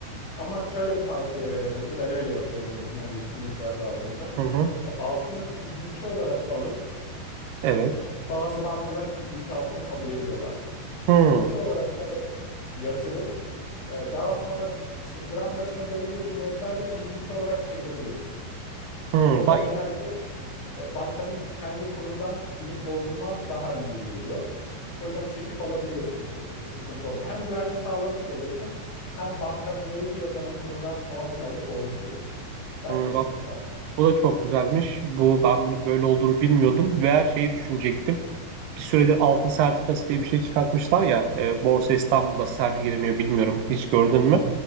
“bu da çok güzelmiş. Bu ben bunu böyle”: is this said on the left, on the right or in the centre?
Right